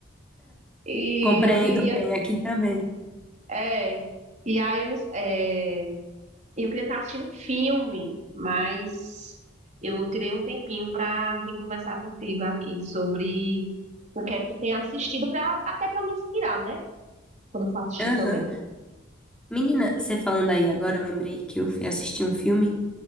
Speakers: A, on the right; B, in the centre.
A: E
B: Compreendo
A: eu queria,
B: bem, aqui também.
A: é, e aí eu, não- é, eu queria estar assistindo filme, mas eu tirei um tempinho para vir conversar contigo aqui sobre o que é que tu tem assistido para até para me inspirar, né? Quando eu for assistir
B: Aham.
A: também.
B: Menina, você falando aí agora, eu lembrei que eu fui assistir um filme,